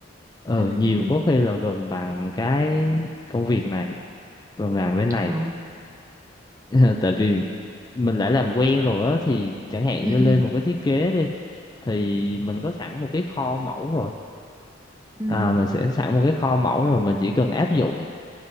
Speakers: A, on the left (about 20°); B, on the right (about 15°).
A: ờ
B: ừ
A: nhiều
B: ừ
A: có khi là gần bằng cái công việc này gần bằng bên này
B: Ồ.
A: <laughs> tại vì mình đã làm quen rồi á thì chẳng hạn
B: ừ
A: như
B: ừ
A: lên một cái thiết kế đi thì mình có sẵn một cái kho mẫu rồi
B: ừ
A: à, mình sẽ sẵn một cái kho mẫu rồi mình chỉ cần áp dụng